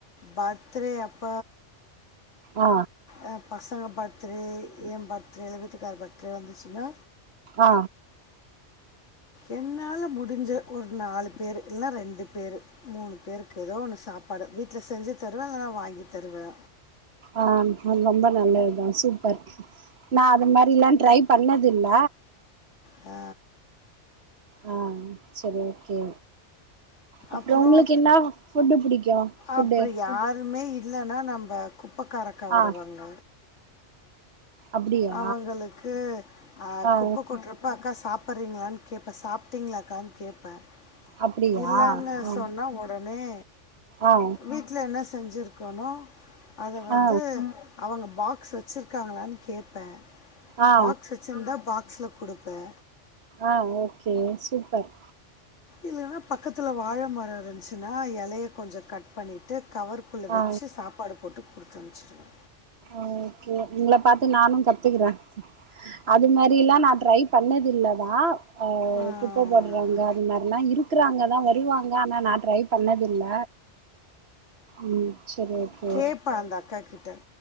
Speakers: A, on the left; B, on the right.
A: பர்த்டே அப்ப
B: ஆ
A: அ பசங்க பர்த்டடே எ பர்த்டே இல்ல வீட்டுக்கார் பர்த்டே வந்துச்சுன்னா
B: ஆ
A: என்னால முடுஞ்ச ஒரு நாலு பேரு இல்னா ரெண்டு பேரு மூனு பேருக்கு எதோ ஒண்ணு சாப்பாடு வீட்டுல செஞ்சு தருவே இல்லன்னா வாங்கி தருவே
B: ஆ ரொம்ப நல்லதுதா சூப்பர் நா அது மாரில்லா ட்ரை பண்ணதுல்ல
A: ஆ
B: ஆ சர் ஓகே அப்புற
A: அப்புறம்
B: உங்களுக் என்னா ஃபுட்டு புடிக்கு ஃபுட்டு
A: அப்படி யாருமே இல்லன்னா நம்ப குப்பைக்கார அக்கா வருவாங்க
B: ஆ அப்டியா
A: அவங்களுக்கு அ
B: ஆ
A: குப்ப கொற்ற ப்ப அக்கா சாப்பறிங்களான் கேப்பே சாப்ட்டீங்களாக்கான் கேப்பே
B: அப்டியா
A: இல்லனு
B: ஆ
A: சொன்னா ஒடனே
B: ஆ
A: வீ ட்ல என்ன செஞ்சுருக்கனோ அத வந்து
B: ஆ
A: அவங்க பாக்ஸ் வச்சிருக்காங்களான் கேப்பே
B: ஆ
A: பாக்ஸு வச்சிருந்தா பாக்ஸ்ல குடுப்பே
B: ஆ ஓகே சூப்பர்
A: இல்லன்னா பக்கத்தில வாழ மரோ இருந்துச்சுனா எலய கொஞ்ச கட் பண்ணிட்டு கவர் குள்ளே
B: ஆ
A: வச்சு சாப்பாடு போட்டு குடுத்து அனுப்ச்சிருவே
B: உ ஓகே உங்கள பாத்து நானு கத்துக்குறே அது மாரிலா நா ட்ரை பண்ணது இல்லதா ஆ
A: ஆ.
B: குப்ப போடுறாங்க அது மாரிலா இருக்கறாங்க தா வருவாங்க ஆனா நா ட்ரை ட்ரை பண்ணதில்ல உ சரி ஓகே
A: கேட்பேன் அந்த அக்கா கிட்ட